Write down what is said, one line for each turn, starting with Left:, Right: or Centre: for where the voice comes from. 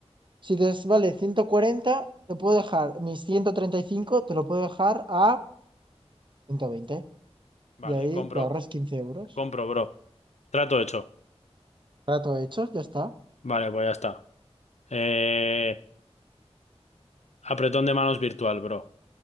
Right: si te es- vale 140, te puedo dejar mis 135, te lo puedo dejar a 120.
Left: Vale,
Right: Y ahí
Left: compro,
Right: te ahorras 15 euros.
Left: compro, bro. Trato hecho.
Right: Trato hecho, ya está.
Left: Vale, pues ya está. Eh, apretón de manos virtual, bro.